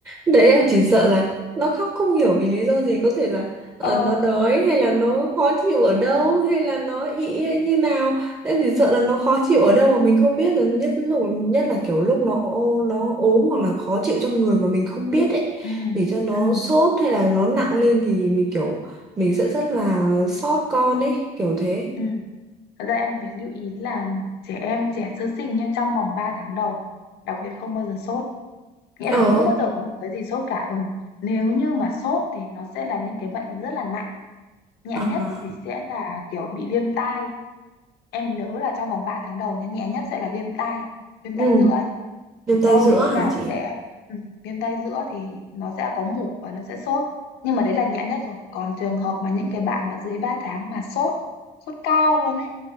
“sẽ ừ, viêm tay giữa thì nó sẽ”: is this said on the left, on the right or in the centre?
Left